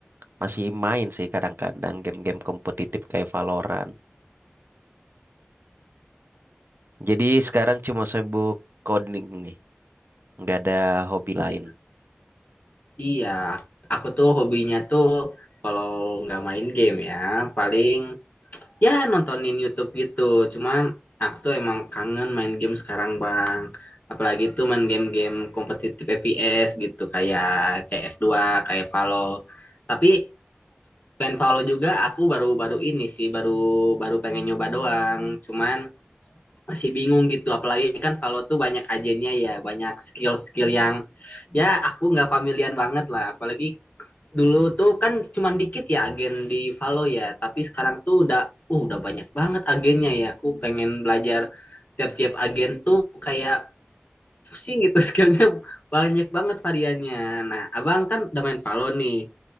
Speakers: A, on the right; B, on the left.
A: masih main sih kadang-kadang game-game kompetitif kayak Valorant. Jadi sekarang cuma sibuk coding nih. Nggak ada hobi
B: Iya,
A: lain.
B: Iya, aku tuh hobinya tuh kalau nggak main game ya, paling ya nontonin YouTube gitu. Cuman aku tuh emang kangen main game sekarang, Bang. Apalagi tuh main game-game kompetitif FPS gitu kayak CS2, kayak Valor. Tapi Selain Paulo juga aku baru-baru ini sih baru baru pengen nyoba doang. Cuman masih bingung gitu apalagi kan Paulo tuh banyak agennya ya, banyak skill-skill yang ya aku nggak familiar banget lah. Apalagi dulu tuh kan cuman dikit ya agen di Valo ya, tapi sekarang tuh udah uh, udah banyak banget agennya ya. Aku pengen belajar tiap-tiap agen tuh kayak pusing gitu <laughs> skillnya banyak banget variannya. Nah, abang kan udah main Valo nih.